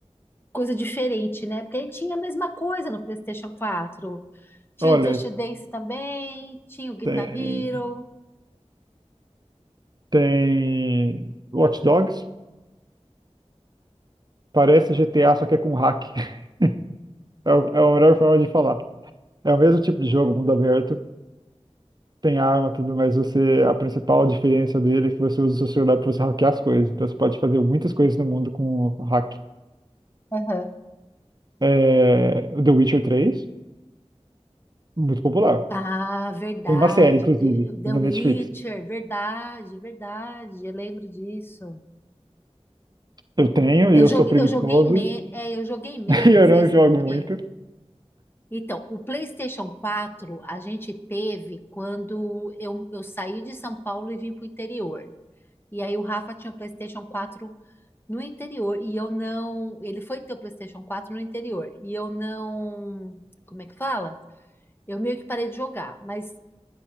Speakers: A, on the left; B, on the right.
A: coisa diferente, né? Porque aí tinha a mesma coisa no PlayStation 4. Tinha
B: Olha,
A: Just Dance também, tinha o Guitar
B: tem,
A: Hero.
B: tem Watch Dogs. Parece GTA, só que é com hack. <laughs> É, o- é a melhor forma de falar. É o mesmo tipo de jogo, mundo aberto, tem arma, tudo, mas você, a principal diferença dele é que você usa o seu celular para você hackear as coisas. Então você pode fazer muitas coisas no mundo com o hack.
A: Aham.
B: É, o The Witcher 3, muito popular.
A: Ah, verdade.
B: Tem uma série, inclusive,
A: te- The
B: na
A: Witcher,
B: Netflix.
A: verdade, verdade. Eu lembro disso.
B: Eu tenho e
A: Eu
B: eu
A: joguei,
B: sou preguiçoso
A: eu joguei, me, é, eu joguei menos
B: <laughs> e eu não
A: esse,
B: jogo
A: porque.
B: muito.
A: Então, o PlayStation 4 a gente teve quando eu, eu saí de São Paulo e vim para o interior. E aí o Rafa tinha o PlayStation 4 no interior e eu não. Ele foi ter o PlayStation 4 no interior e eu não. Como é que fala? Eu meio que parei de jogar, mas